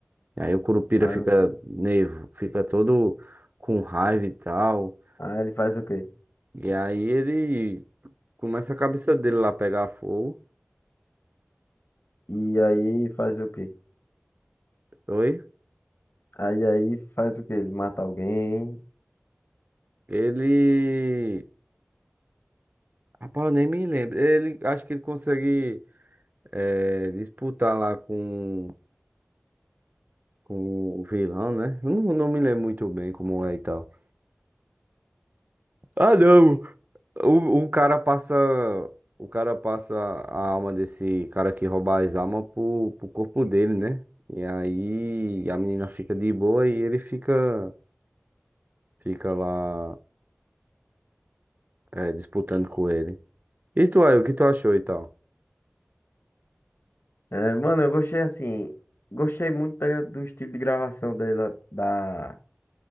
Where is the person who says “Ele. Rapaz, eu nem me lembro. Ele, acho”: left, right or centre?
Right